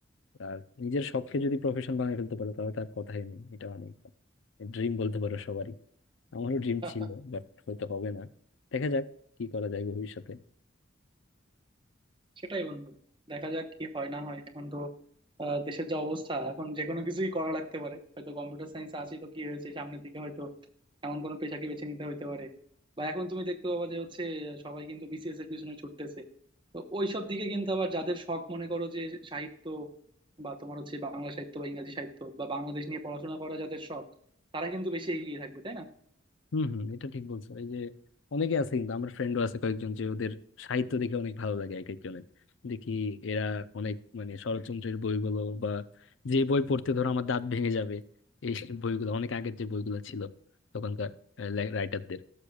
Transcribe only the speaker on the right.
<laughs>
সেটাই বন্ধু দেখা যাক কি হয় না হয় এখন তো আহ, দেশের যা অবস্থা এখন যে কোনো কিছুই করা লাগতে পারে হয়তো কম্পিউটার সায়েন্স আছি তো কি হয়েছে সামনের দিকে হয়তো এমন কোনো পেশাকে বেছে নিতে হইতে পারে বা এখন তুমি দেখতে পাবা যে হচ্ছে আহ, সবাই কিন্তু বিসিএস এর পিছনে ছুটতেছে তো ওইসব দিকে কিন্তু আবার যাদের শখ মনে করো যে সাহিত্য বা তোমার হচ্ছে বাংলা সাহিত্য বা ইংরেজি সাহিত্য বা বাংলাদেশ নিয়ে পড়াশোনা করা যাদের শখ তারা কিন্তু বেশি এগিয়ে থাকবে তাই না